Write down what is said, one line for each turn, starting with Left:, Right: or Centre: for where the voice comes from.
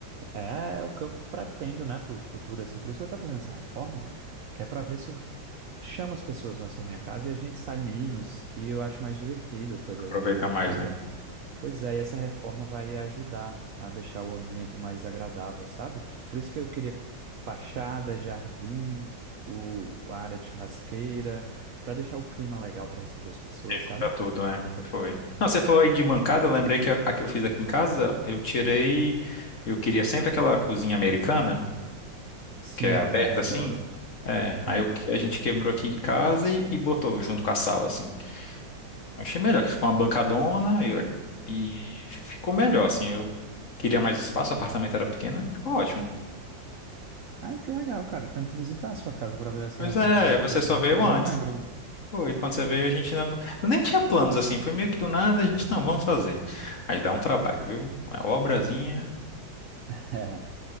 Right: É o que eu pretendo, né, para o futuro, assim. Por isso que eu estou fazendo essa reforma, que é para ver se eu chamo as pessoas mais para minha casa e a gente sai menos, que eu acho mais divertido fazer
Left: Aproveita
Right: alguma coisa em
Left: mais,
Right: casa
Left: né?
Right: Pois é, e essa reforma vai ajudar a deixar o ambiente mais agradável, sabe? Por isso que eu queria fachada, jardim, o, a área de churrasqueira, para deixar o clima legal para receber as pessoas,
Left: E juntar
Right: sabe?
Left: tudo, né? Foi. Não, você falou aí de bancada, eu lembrei que a, a que eu fiz aqui em casa, eu tirei. Eu queria sempre aquela cozinha americana,
Right: Sim,
Left: que é aberta
Right: eu adoro.
Left: assim. É,
Right: É.
Left: aí eu- a gente quebrou aqui de casa e, e botou junto com a sala, assim. Eu achei melhor, que ficou uma bancadona e, e ficou melhor, assim. Eu queria mais espaço, o apartamento era pequeno, e ficou ótimo.
Right: Ai, que legal, cara. Tenho que visitar a sua casa para ver essa
Left: Pois
Right: reforma
Left: é,
Right: como é
Left: é,
Right: que
Left: você
Right: ficou também,
Left: só veio
Right: que eu
Left: antes.
Right: não lembro.
Left: Pô, e quando você veio, a gente ainda não... Eu nem tinha planos, assim, foi meio que do nada, a gente, não, vamos fazer. Mas dá um trabalho, viu? Uma obrazinha.
Right: <laughs>